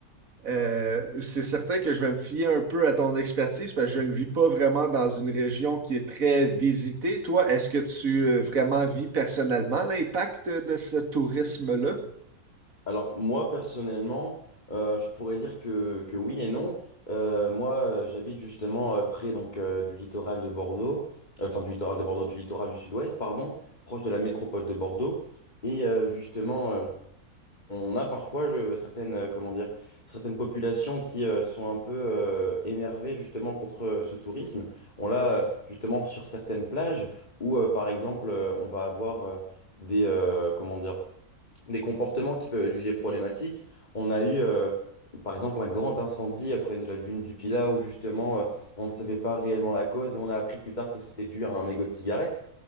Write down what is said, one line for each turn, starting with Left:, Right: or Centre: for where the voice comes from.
Right: euh, c'est certain que je vais me fier un peu à ton expertise parce que je ne vis pas vraiment dans une région qui est très visitée. Toi, est-ce que tu euh, vraiment vis personnellement l'impact de ce tourisme-là?
Left: Alors, moi, personnellement, euh, je pourrais dire que, que oui et non. Euh, moi, euh, j'habite justement euh, près donc, euh, du littoral de Bordeaux, euh, enfin du littoral de Bordeaux, du littoral du sud-ouest, pardon, proche de la métropole de Bordeaux. Et euh, justement, euh, On a parfois je- certaines, euh, comment dire, certaines populations qui euh, sont un peu euh, énervées justement contre euh, ce tourisme. On l'a euh, justement sur certaines plages où, euh, par exemple, euh, on va avoir euh, des, euh, comment dire, des comportements qui peuvent être jugés problématiques. On a eu, euh, par exemple, un grand incendie après la dune du Pilat où justement euh, on ne savait pas réellement la cause et on a appris plus tard que c'était dû à un mégot de cigarette.